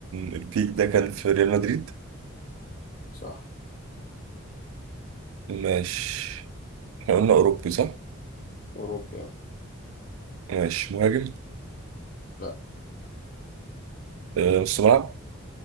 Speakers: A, on the right (about 80°); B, on the left (about 40°).
A: البيك ده كان في ريال مدريد
B: صح
A: ماشي احنا قلنا أوروبي صح؟
B: اوروبيا
A: ماشي مهاجم
B: لا
A: آه، نص ملعب